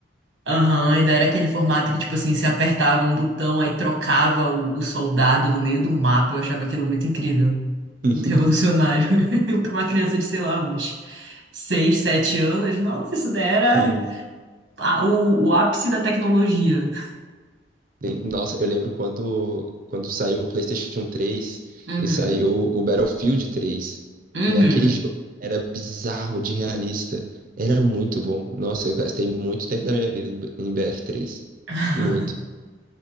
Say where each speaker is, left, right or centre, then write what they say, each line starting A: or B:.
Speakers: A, on the right (about 90°); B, on the right (about 45°).
A: Aham, ainda era aquele formato que, tipo assim, você apertava um botão, aí trocava o, o soldado no meio do mapa. Eu achava aquilo muito incrível,
B: <laughs>
A: muito revolucionário. <laughs> Para uma criança de, sei lá, uns seis sete anos, nossa, isso daí era
B: Sim.
A: ah, o, o ápice da tecnologia.
B: Sim. Nossa, eu lembro quando, quando saiu o PlayStation 3
A: Uhum,
B: e saiu o Battlefield 3.
A: uhum.
B: E aquele jogo era bizarro de realista. Era muito bom. Nossa, eu gastei muito tempo da minha vida em, em BF3.
A: <laughs>
B: Muito.